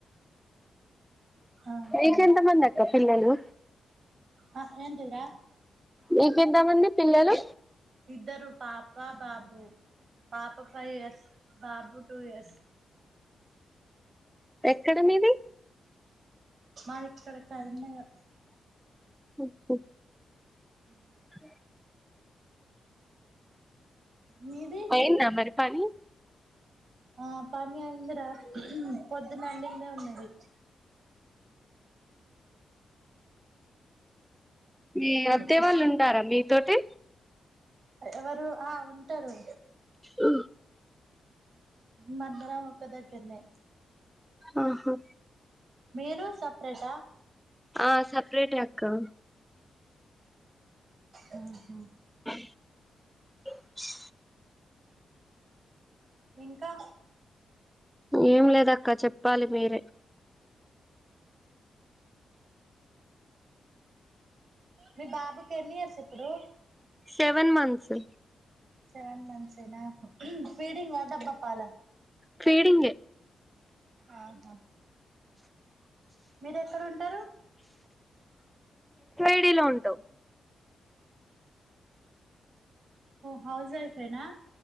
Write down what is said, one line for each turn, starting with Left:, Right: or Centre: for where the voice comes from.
Right: ఆహా
Centre: నీకు ఎంత మంద అక్క పిల్లలు
Right: ఆ ఏంటిది రా
Centre: మీకెంతమంది పిల్లలు
Right: ఇద్దరు పాప బాబు పాప ఫైవ్ ఇయర్స్ బాబు టూ ఇయర్స్
Centre: ఎక్కడ మీది
Right: మాది ఇక్కడ కరీంనగర్
Centre: ఓహ
Right: ఉ
Centre: అ
Right: మీది
Centre: అయిందా మరి పని
Right: ఆ పని అయింది రా పొద్దున వండిందే ఉన్నది
Centre: మీ
Right: ఇంగో
Centre: అత్తయ్య
Right: తీసుకో
Centre: వాళ్ళు ఉంటారా మీతోటి
Right: ఎవరు ఆ ఉంటారు
Centre: అ
Right: మన్నరాకుదకన్న
Centre: ఆహా
Right: మీరు సపరేటా
Centre: ఆ సెపరేట్ ఆకా
Right: ఆఓహా
Centre: అ అ
Right: ఇంకా
Centre: ఏం లేదక్క చెప్పాలి మీరే
Right: మీ బాబుకెనీయర్స్ ఇప్పుడు
Centre: సెవెన్ మంతంత్స్
Right: సెవెన్ మంత్స్ అయినా పీడింగా డబ్బా పాల
Centre: ఫీడింగే
Right: ఆహా మీరు ఎక్కడ ఉంటారు
Centre: ఇడిలో ఉంటు
Right: హౌస్వైఫ్. ఎనా